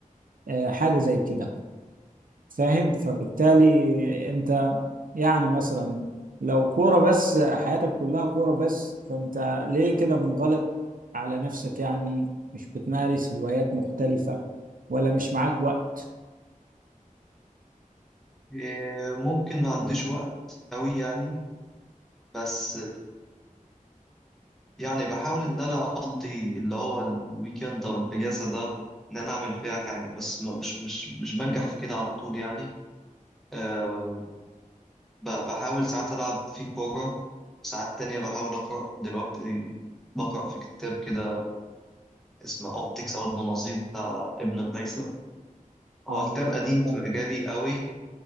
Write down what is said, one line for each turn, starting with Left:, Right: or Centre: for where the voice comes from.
Right: آه، حاجة زي كده فاهم فبالتالي أنت يعني مثلا لو كورة بس حياتك كلها كورة بس فأنت ليه كده منغلق على نفسك يعني مش بتمارس هوايات مختلفة ولا مش معاك وقت
Centre: آه، ممكن ما عنديش وقت أوي يعني بس يعني بحاول إن أنا أفضي اللي هو الويكند أو الأجازة ده إن أنا أعمل فيها حاجة بس ما- مش مش مش بنجح في كده على طول يعني أه ب- بحاول ساعات ألعب في كورة وساعات تانية بحاول أقرأ دلوقتي بقرأ في كتاب كده اسمه أوبتكس أو المناظير بتاع ابن الهيثم هو
Right: اه
Centre: كتاب
Right: آه،
Centre: قديم
Right: آه، فاهم
Centre: في مجالي قوي